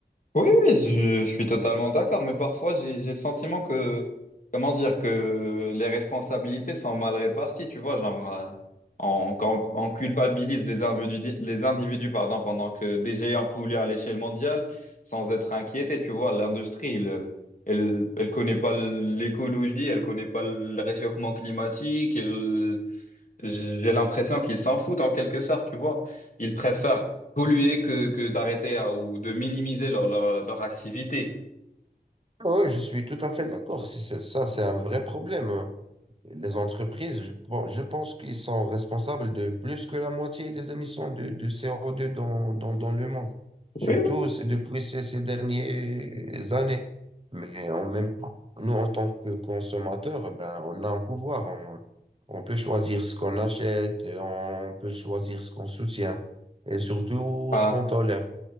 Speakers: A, on the left; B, on the right.
A: Oui, oui, je, je suis totalement d'accord, mais parfois j'ai j'ai le sentiment que, comment dire, que les responsabilités sont mal réparties, tu vois, genre, euh, on, quand on culpabilise les individus, les individus, pardon, pendant que des géants polluent à l'échelle mondiale sans être inquiétés, tu vois, l'industrie, elle, elle, elle connaît pas l'écologie, elle connaît pas le réchauffement climatique, elle, j'ai l'impression qu'ils s'en foutent en quelque sorte, tu vois. Ils préfèrent polluer que, que d'arrêter hein, ou de minimiser leur, leur, leur activité.
B: Oui, je suis tout à fait d'accord. C'est- c'est- Ça, c'est un vrai problème. Les entreprises, je, pen- je pense qu'ils sont responsables de plus que la moitié des émissions de, de CO2 dans, dans, dans le monde. Surtout
A: Oui, oui.
B: c'est depuis ces, ces dernières années. Mais en même temps, nous, en tant que consommateurs, ben, on a un pouvoir. On, on peut choisir ce qu'on achète, on peut choisir ce qu'on soutient et surtout
A: Ah,
B: ce qu'on tolère.